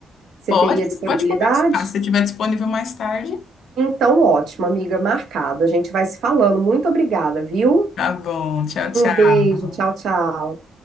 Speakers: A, on the right; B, on the left.
A: Você
B: Pode,
A: teria disponibilidade?
B: pode conversar. Se você estiver disponível mais tarde.
A: Então, ótimo, amiga, marcado. A gente vai se falando. Muito obrigada, viu?
B: Tá bom. Tchau, tchau.
A: Um beijo, tchau, tchau.